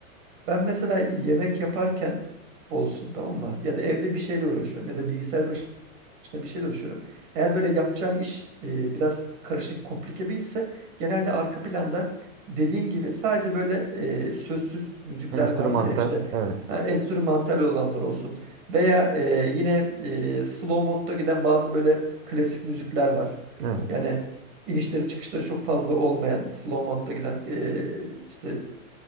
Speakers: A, on the right (about 35°); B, on the right (about 70°).
A: Ben mesela yemek yaparken olsun tamam mı? Ya da evde bir şeyle uğraşıyorum ya da bilgisayar başı başına bir şeyle uğraşıyorum. Eğer böyle yapacağım iş e, biraz karışık, komplike bir işse genelde arka planda dediğin gibi sadece böyle e, sözsüz müzikler
B: Enstrümantal.
A: vardır ya işte
B: Evet.
A: ha, enstrümantal olanlar olsun veya e, yine e, slow modda giden bazı böyle klasik müzikler var.
B: Evet.
A: Yani inişleri çıkışları çok fazla olmayan slow modda giden e, işte